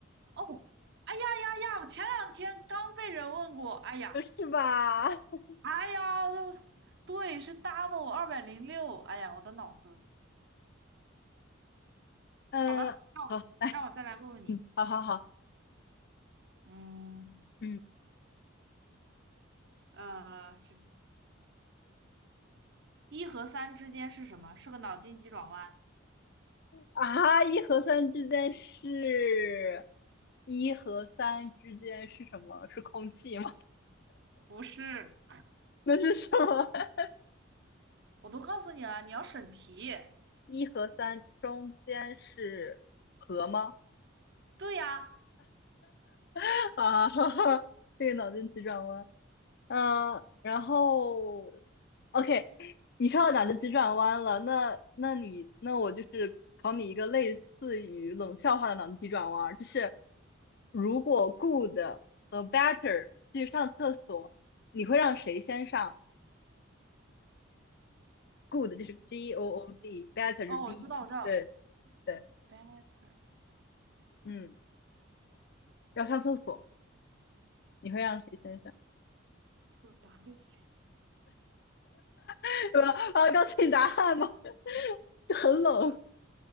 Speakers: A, on the right; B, on the left.
A: 哦，哎呀呀呀！我前两天刚被人问过，哎呀，
B: 是吧？<laughs>
A: 哎呀，对，是 double 二百零六，哎呀，我的脑子。
B: 嗯，
A: 好的，让我让我再来问问你，
B: 好，来，嗯，好好好，
A: 嗯，
B: 嗯，
A: 呃，是一和三之间是什么？是个脑筋急转弯？
B: 啊，一和三之间是，一和三之间是什么？是空气吗？
A: 不是，
B: <laughs> 那是什么？<laughs>
A: 我都告诉你了，你要审题。
B: 一和三中间是和吗？
A: 对呀，
B: <laughs> 啊，哈哈，这个脑筋急转弯。嗯、呃，然后，OK，你说到脑筋急转弯了，那那你那我就是考你一个类似于冷笑话的脑筋急转弯儿，就是如果 good 和 better 去上厕所，你会让谁先上？good 就是 G O
A: 嗯
B: O D，better
A: 哦，
B: 是 B，
A: 我知道，我知道
B: 对对，
A: ，the better
B: 嗯，要上厕所，你会让谁先上？
A: to WC，
B: <laughs> 对吧？啊，告诉你答案吧，<laughs> 就很冷